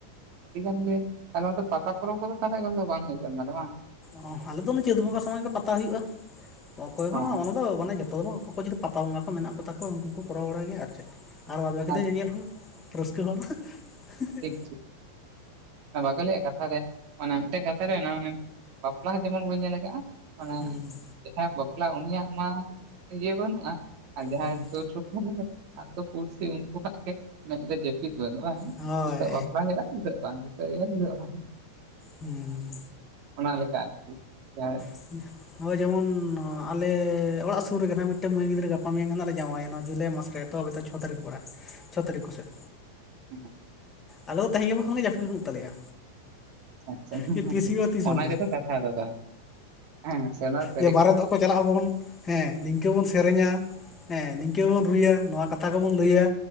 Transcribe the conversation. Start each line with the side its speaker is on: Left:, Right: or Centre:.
Right: ᱴᱷᱤᱠᱟᱱ ᱜᱮ, ᱛᱟᱦᱞᱮ ᱚᱱᱟ ᱯᱟᱛᱟ ᱯᱚᱨᱚᱢ ᱠᱚᱫᱚ ᱛᱟᱦᱞᱮ ᱠᱷᱟᱱ ᱫᱚ ᱵᱟᱝ ᱦᱩᱭᱩᱜ ᱠᱟᱱᱟ ᱛᱟᱦᱞᱮ ᱵᱟᱝᱼᱼ
Left: ᱚᱸ, ᱟᱞᱮ ᱫᱚ ᱚᱱᱟ ᱪᱟᱹᱛ ᱵᱚᱸᱜᱟ ᱥᱚᱢᱚᱭ ᱜᱮ ᱯᱟᱛᱟ ᱦᱩᱭᱩᱜᱼᱟ, ᱚᱠᱚᱭ ᱵᱟᱝᱟ
Right: ᱚ
Left: ᱚᱱᱟ ᱫᱚ ᱢᱟᱱᱮ ᱡᱚᱛᱚᱼᱼ ᱚᱠᱚᱭ ᱠᱚ ᱡᱩᱫᱤ ᱯᱟᱛᱟ ᱵᱚᱸᱜᱟ ᱠᱚ ᱦᱮᱱᱟᱜ ᱠᱚ ᱛᱟᱠᱚᱣᱟ ᱩᱱᱠᱩ ᱠᱚ ᱠᱚᱨᱟᱣ ᱵᱟᱲᱟᱭ ᱜᱮᱭᱟ ᱟᱨ ᱪᱮᱫ, ᱟᱨ ᱵᱟᱫᱽ ᱵᱟᱹᱠᱤ
Right: ᱟᱪᱪᱷᱟ
Left: ᱫᱚ ᱧᱮᱧᱮᱞ ᱦᱚᱲ᱾ ᱨᱟᱹᱥᱠᱟᱹ ᱦᱚᱲ <unintelligible>
Right: ᱴᱷᱤᱠ ᱵᱟᱠᱚ ᱞᱟᱹᱭᱟ ᱠᱟᱛᱷᱟᱨᱮ ᱚᱱᱟ ᱢᱤᱫᱴᱮᱱ ᱠᱟᱛᱷᱟ ᱨᱮ ᱚᱱᱟ ᱦᱚᱸ ᱡᱮᱢᱚᱱ ᱵᱟᱹᱧ ᱧᱮᱞ ᱟᱠᱟᱜᱼᱟ ᱚᱱᱟ
Left: ᱦᱩᱸ
Right: ᱡᱟᱦᱟᱸᱭᱟᱜ ᱵᱟᱯᱞᱟ ᱩᱱᱤᱭᱟᱜ ᱢᱟ ᱤᱭᱟᱹ ᱵᱟᱹᱱᱩᱜᱼᱟ ᱟᱨ ᱡᱟᱦᱟᱸᱭ
Left: ᱦᱩᱸ
Right: ᱥᱩᱨ ᱥᱩᱯᱩᱨ ᱨᱮ ᱟᱛᱩ ᱯᱩᱲᱥᱤ ᱩᱱᱠᱩᱣᱟᱜ ᱜᱮ ᱢᱮᱸᱫ ᱨᱮ ᱡᱟᱹᱯᱤᱫ ᱵᱟᱹᱱᱩᱜᱼᱟ ᱦᱮ
Left: ᱦᱳᱭ
Right: ᱱᱤᱛᱚᱜ ᱵᱟᱯᱞᱟ ᱦᱩᱭᱩᱜ-ᱟ᱾ ᱪᱮᱫᱟ ᱵᱟᱝ <unintelligible>
Left: ᱦᱩᱸ᱾
Right: ᱚᱱᱟᱞ ᱞᱮᱠᱟ ᱟᱨᱠᱤ ᱦᱮᱸ
Left: <unintelligible> ᱦᱚᱭ ᱡᱮᱢᱚᱱ ᱟᱞᱮ ᱚᱲᱟᱜ ᱥᱩᱨ ᱨᱮᱜᱮ ᱱᱟᱦᱟᱜ ᱢᱤᱫᱴᱟᱝ ᱢᱟᱹᱭ ᱜᱤᱫᱽᱨᱟᱹ ᱜᱟᱯᱟ ᱢᱮᱭᱟᱝ ᱦᱟᱜ ᱞᱮ ᱡᱟᱶᱟᱭ ᱟᱭᱟ ᱱᱚᱣᱟ ᱡᱩᱞᱟᱭ ᱢᱟᱥ ᱨᱮ᱾ ᱛᱚᱵᱮ ᱛᱚ ᱪᱷᱚ ᱛᱟᱹᱨᱤᱠᱷ ᱯᱟᱲᱟᱜᱼᱟ ᱪᱷᱚ ᱛᱟᱹᱨᱤᱠᱷ ᱠᱚᱥᱮᱫ᱾
Right: ᱦᱩᱸ᱾
Left: ᱟᱞᱮ ᱫᱚ ᱛᱮᱦᱮᱧ ᱜᱟᱯᱟ ᱠᱷᱚᱱᱟᱜᱮ ᱡᱟᱹᱯᱤᱫ ᱵᱟᱹᱱᱩᱜ ᱛᱟᱞᱮᱭᱟ᱾
Right: ᱟᱪᱪᱷᱟ
Left: ᱡᱮ ᱛᱤᱥ ᱦᱩᱭᱩᱜᱼᱟ ᱛᱤᱥ
Right: ᱚᱱᱟ
Left: ᱵᱟᱝᱟ
Right: ᱜᱮᱛᱚ ᱠᱟᱛᱷᱟ ᱠᱚᱫᱚ <unintelligible>
Left: ᱡᱮ ᱵᱟᱨᱮᱛ ᱠᱚ ᱵᱚᱱ ᱪᱟᱞᱟᱜ ᱟᱵᱚᱱ ᱦᱮᱸ ᱱᱤᱝᱠᱟᱹ ᱵᱚᱱ ᱥᱮᱨᱮᱧᱟ᱾ ᱦᱮᱸ ᱱᱤᱝᱠᱟᱹ ᱜᱮᱵᱚᱱ ᱨᱩᱭᱟ ᱱᱚᱣᱟ ᱠᱟᱛᱷᱟ ᱠᱚᱵᱚᱱ ᱞᱟᱹᱭᱟ